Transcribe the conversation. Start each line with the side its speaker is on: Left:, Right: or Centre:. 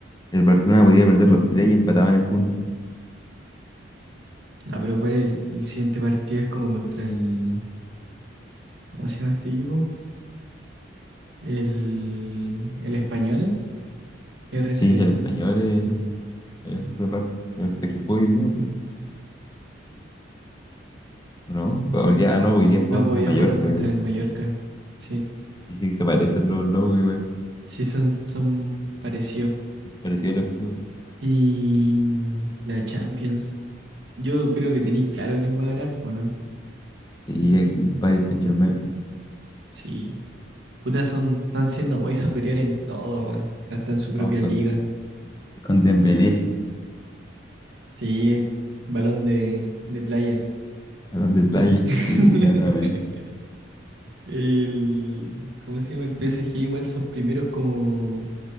Left: el Barcelona podía perder los tres y empataban en puntos.
Right: No, pero ¿cuál es el, el siguiente partido? Es como contra el... ¿Cómo se llama este equipo? El, el Español, RCD.
Left: Sí, el español, el
Right: Sí. Sí.
Left: español contra el Barça. ¿Contra qué jugó hoy día? ¿O ¿No? Fue Hoy día, ah, no, hoy día juego
Right: No,
Left: contra
Right: podía
Left: el Mallorca.
Right: jugaron Yo- contra
Left: creo.
Right: el Mallorca. Sí,
Left: Dice que se parecen los logos igual,
Right: sí son, son parecidos.
Left: parecido al escudo.
Right: Y la Champions. Yo creo que tenéis claro quién va a ganar, bueno.
Left: Y aquí Paris Saint-Germain.
Right: Sí. Puta, son, están siendo muy superiores en todo, weón. Hasta en su propia
Left: Ah, con,
Right: liga.
Left: con Dembélé,
Right: Sí, balón de, de playa.
Left: con de playa. <laughs>
Right: <laughs>
Left: Sí, claramente.
Right: El, ¿cómo se llama? El P. S G. igual son primeros como